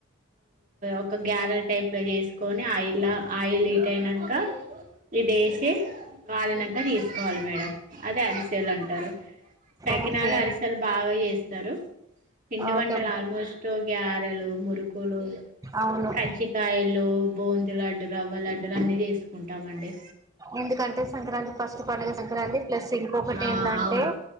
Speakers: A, on the right (about 40°); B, on the right (about 20°).
A: ఒక గ్యారల్ టైప్ లో చేసుకొని ఆయిల్ ఆయిల్ హీట్ అయినంక ఇది వేసి కాలినాక తీసుకోవాలి మేడం అది అరిసే ల అంటారు సకినాల
B: ఓకే
A: అరిసెలు బాగా చేస్తా స్తారు పిండి
B: ఓకే
A: వంటల ఆల్మోస్ట్ గ్యారెలు మురుకులు
B: అవును
A: కజ్జికాయలు బూందీ లడ్డులు రవ్వ లడ్డూలు అన్ని చేసుకుంటామండి
B: ఎందుకంటె సంక్రాంతి ప పండుగ సంక్రాంతి ప్లస్ ఇంకొకటి
A: ఆ
B: ఏంటంటే
A: అవును